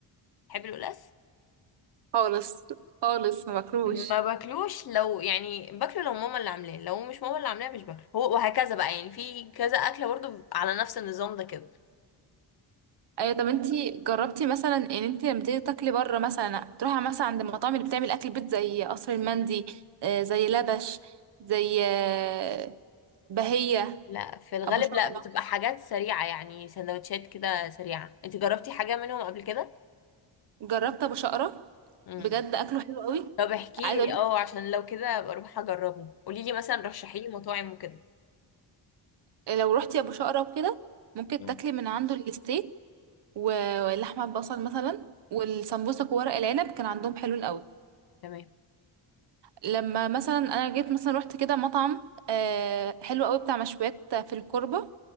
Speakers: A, on the left; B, on the right.
A: تحب القلقاس
B: خالص خالص ما باكلوش
A: ما باكلوش لو يعني باكله لو ماما اللي عاملاه لو مش ماما اللي عاملاه مش باكله هو وهكذا بقى يعني في كذا اكله برضو على نفس النظام ده كده
B: ايوه طب انتي جربتي مثلا ان انتي لما تيجي تاكلي بره مثلا تروحي مثلا عند المطاعم اللي بتعمل اكل بيت زي قصر المندي آه، زي لبش زي آه، بهية
A: لا في الغالب
B: ابو شقرة
A: لا بتبقى حاجات سريعه يعني سندوتشات كده سريعه انت جربتي حاجه منهم قبل كده
B: جربت ابو شقرة
A: امم
B: بجد اكله حلو قوي
A: طب احكي
B: عايزه
A: لي
B: اقول لك
A: اه عشان لو كده ابقى اروح اجربه قولي لي مثلا رشحي لي مطاعم وكده
B: لو رحتي ابو شقرة وكده ممكن
A: مم.
B: تاكلي من عنده الستيك و- ولحمة بصل مثلا والسمبوسك وورق العنب كان عندهم حلو قوي
A: تمام
B: لما مثلا انا جيت مثلا رحت كده مطعم آه، حلو قوي بتاع مشويات في الكوربة